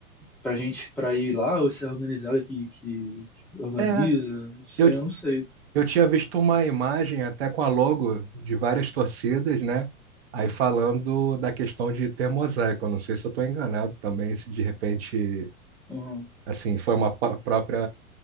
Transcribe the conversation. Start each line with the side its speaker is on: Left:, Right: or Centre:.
Centre: pra gente pra ir lá, ou se é a organizada que, que, que organiza,
Right: É,
Centre: isso
Right: eu,
Centre: aí eu não sei.
Right: eu tinha visto uma imagem até com a logo de várias torcidas, né? Aí falando da questão de ter mosaico, eu não sei se eu estou enganado também, se de repente
Centre: Uhum.
Right: Assim, foi uma pa- própria,